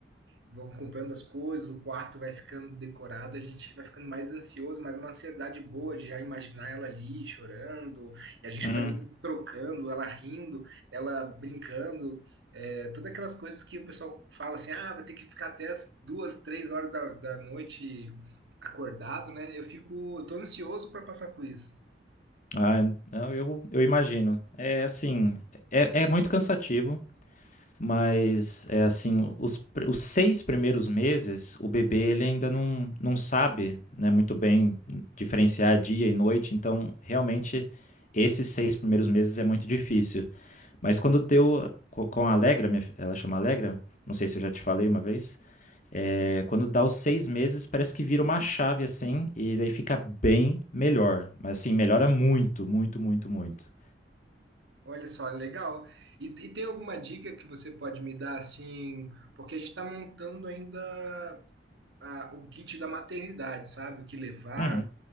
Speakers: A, on the right; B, on the left.
A: vão comprando as coisas, o quarto vai ficando decorado, a gente vai ficando mais ansioso, mas uma ansiedade boa de já imaginar ela ali chorando, e a gente
B: Hum,
A: fazendo, trocando, ela rindo, ela brincando, é, todas aquelas coisas que o pessoal fala assim, ah, vai ter que ficar até as duas, três horas da, da noite acordado, né? Eu fico, eu tô ansioso para passar por isso.
B: Ah, eu, eu eu imagino. É assim, é, é muito cansativo. Mas é assim, os, pr- os seis primeiros meses, o bebê ele ainda não, não sabe, né, muito bem diferenciar dia e noite, então realmente esses seis primeiros meses é muito difícil. Mas quando deu co- com a Alegra, minha fi- ela chama Alegra, não sei se eu já te falei uma vez, é, quando dá os seis meses parece que vira uma chave assim, e daí fica bem melhor. Mas assim, melhora muito, muito, muito, muito.
A: Olha só, legal. E, e tem alguma dica que você pode me dar assim? Porque a gente está montando ainda a- o kit da maternidade, sabe? O que levar.
B: Uhum.